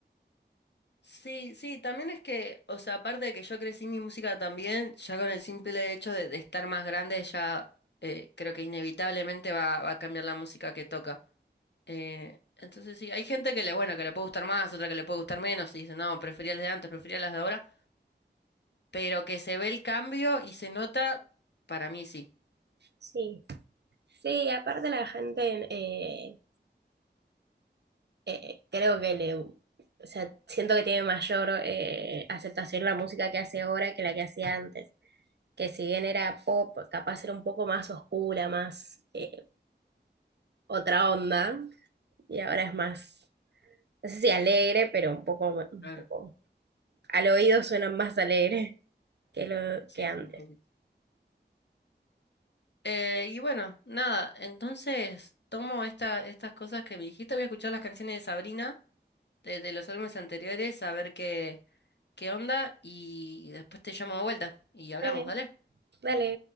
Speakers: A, on the left; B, on the right.
A: Sí, sí, también es que, o sea, aparte de que yo crecí mi música también, ya con el simple hecho de, de estar más grande, ya eh, creo que inevitablemente va, va a cambiar la música que toca. Eh, entonces sí, hay gente que le, bueno, que le puede gustar más, otra que le puede gustar menos, y dice, no, prefería las de antes, prefería las de ahora, pero que se ve el cambio y se nota, para mí sí.
B: Sí, sí, aparte la gente, eh, eh, creo que le, o sea, siento que tiene mayor eh, aceptación la música que hace ahora que la que hacía antes. Que si bien era pop, capaz era un poco más oscura, más eh, otra onda, y ahora es más no sé si alegre, pero un poco, un
A: Claro,
B: poco al oído suena más alegre que lo
A: sí,
B: que antes.
A: sí, un poquito. Eh, y bueno, nada, entonces tomo esta, estas cosas que me dijiste, voy a escuchar las canciones de Sabrina. de, de los álbumes anteriores a ver qué, qué onda y después te llamo de vuelta y hablamos,
B: Dale,
A: ¿dale?
B: dale.